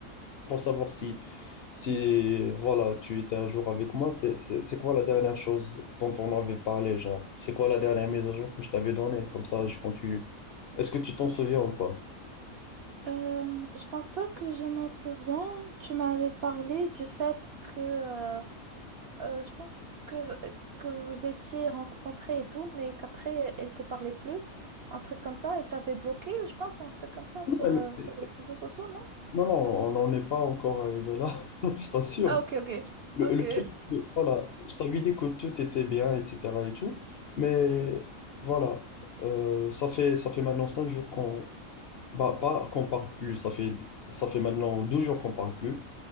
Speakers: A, on the left (about 60°); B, on the right (about 65°).
A: pour savoir si, si voilà, tu étais à jour avec moi, c'est c'est- c'est quoi la dernière chose dont on avait parlé, genre, c'est quoi la dernière mise à jour que je t'avais donnée? Comme ça, je continue. Est-ce que tu t'en souviens ou pas?
B: Euh, je pense pas que je m'en souviens. Tu m'avais parlé du fait que euh, euh, je pense que, que vous étiez rencontrés et tout, mais qu'après elle te parlait plus. Un truc comme ça, elle t'avait bloqué, ou je pense, un truc comme ça sur,
A: Non, mais
B: euh,
A: le-
B: sur les réseaux sociaux, non?
A: non, non, on n'en est pas encore arrivé là, <laughs> je t'assure.
B: Ah, ok, ok.
A: Le,
B: Ok.
A: le truc, euh, voilà, je t'avais dit que tout était bien, etc. et tout, mais
B: Mhm,
A: voilà, euh, ça fait, ça fait maintenant 5 jours qu'on bah, pas qu'on parle plus, ça fait, ça fait maintenant 12 jours qu'on parle plus.